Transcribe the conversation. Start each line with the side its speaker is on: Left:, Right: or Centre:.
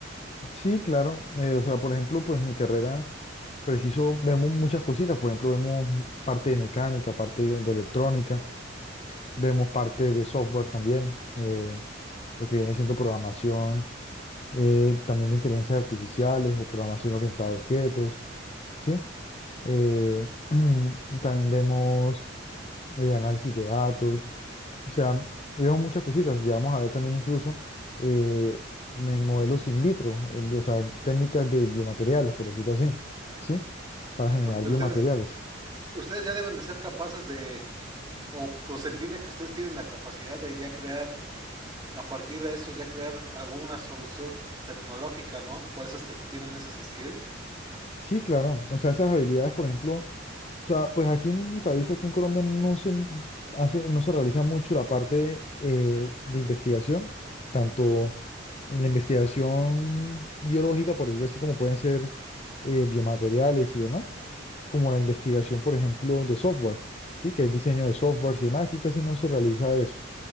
Left: Sí, claro. Eh, o sea, por ejemplo, pues mi carrera, preciso, vemos muchas cositas. Por ejemplo, vemos parte de mecánica, parte de electrónica, vemos parte de software también, eh, lo que viene siendo programación eh, también de inteligencias artificiales o programación orientada a objetos, ¿sí? Eh, <clears throat> también vemos eh, análisis de datos, o sea, vemos muchas cositas, llegamos a ver también incluso eh, me- modelos in vitro, o sea, técnicas de biomateriales, por decirlo así, ¿sí? Para generar
Right: Porque
Left: biomateriales.
Right: ustedes, us- ustedes ya deben de ser capaces de, o pues se entiende que ustedes tienen la capacidad de ya crear, a partir de eso, ya crear alguna solución tecnológica, ¿no? Por eso es que tienen esas skills.
Left: Sí, claro. O sea, esas habilidades, por ejemplo, o sea, pues aquí en mi país, aquí en Colombia, no se hace, no se realiza mucho la parte eh, de investigación, tanto la investigación biológica, por decirlo así, como pueden ser eh, biomateriales y demás, como la investigación, por ejemplo, de software, ¿sí? Que es diseño de software y demás. Aquí casi no se realiza eso.